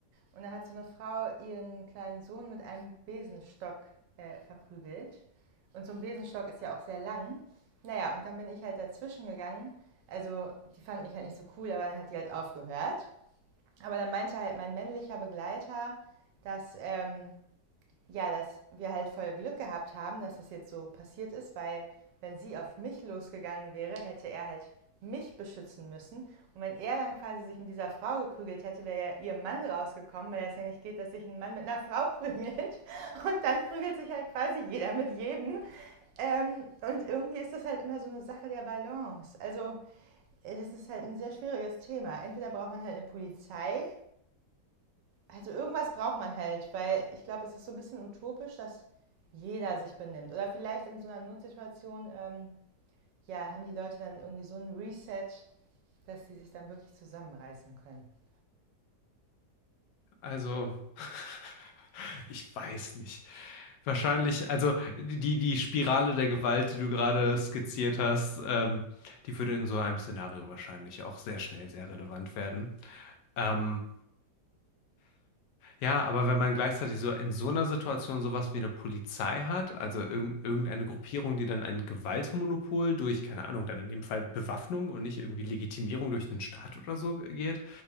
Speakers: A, on the right (about 90°); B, on the left (about 75°).
A: Und da hat so eine Frau ihren kleinen Sohn mit einem Besenstock äh, verprügelt. Und so ein Besenstock ist ja auch sehr lang. Naja, und dann bin ich halt dazwischen gegangen. Also, die fand mich halt nicht so cool, aber dann hat die halt aufgehört. Aber dann meinte halt mein männlicher Begleiter, dass ähm, ja, dass wir halt voll Glück gehabt haben, dass das jetzt so passiert ist, weil wenn sie auf mich losgegangen wäre, hätte er halt mich beschützen müssen. Und wenn er dann quasi sich mit dieser Frau geprügelt hätte, wäre ja ihr Mann rausgekommen, weil das ja nicht geht, dass sich ein Mann mit einer Frau <laughs> prügelt. Und dann prügelt sich halt quasi jeder mit jedem. Ähm, und irgendwie ist das halt immer so eine Sache der Balance. Also äh, das ist halt ein sehr schwieriges Thema. Entweder braucht man halt eine Polizei also irgendwas braucht man halt, weil ich glaube, es ist so ein bisschen utopisch, dass jeder sich benimmt. Oder vielleicht in so einer Notsituation, ähm, ja, haben die Leute dann irgendwie so ein Reset, dass sie sich dann wirklich zusammenreißen können.
B: Also, <laughs> ich weiß nicht. Wahrscheinlich, also die, die Spirale der Gewalt, die du gerade skizziert hast, ähm, die würde in so einem Szenario wahrscheinlich auch sehr schnell sehr relevant werden. Ähm, ja, aber wenn man gleichzeitig so in so einer Situation sowas wie eine Polizei hat, also irgend irgendeine Gruppierung, die dann ein Gewaltmonopol durch, keine Ahnung, dann in dem Fall Bewaffnung und nicht irgendwie Legitimierung durch 'nen Staat oder so geht,